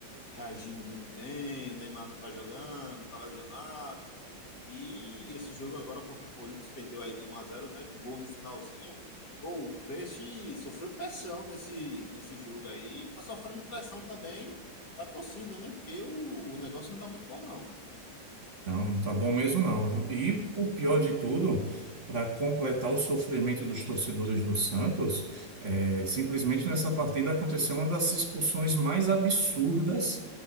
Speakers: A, on the left; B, on the right.
A: reagindo muito bem, o Neymar não está jogando, está lesionado. E esse jogo agora contra o Corinthians perdeu aí de 1 a 0, né, com gol no finalzinho. Pô, o Preste sofreu pressão nesse, nesse jogo aí, tá sofrendo pressão também da torcida, né? Porque o, o negócio não tá muito bom não.
B: Não, não tá bom mesmo não, viu? E o pior de tudo, para completar o sofrimento dos torcedores do Santos, é, simplesmente nessa partida aconteceu uma das expulsões mais absurdas,